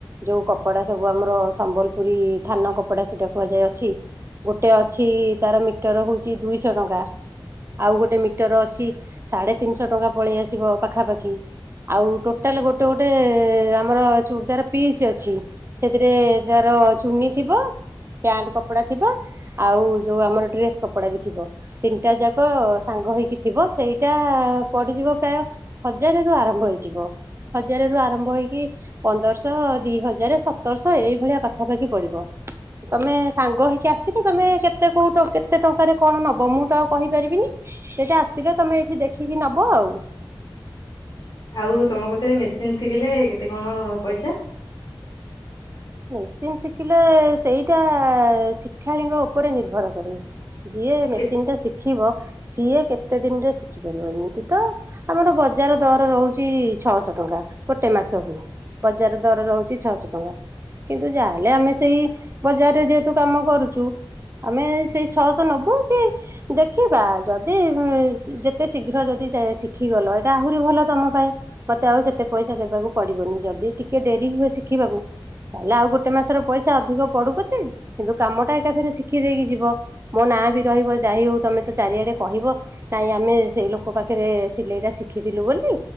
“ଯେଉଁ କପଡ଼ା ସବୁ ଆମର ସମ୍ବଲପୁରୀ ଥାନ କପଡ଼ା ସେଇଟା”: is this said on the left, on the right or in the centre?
Right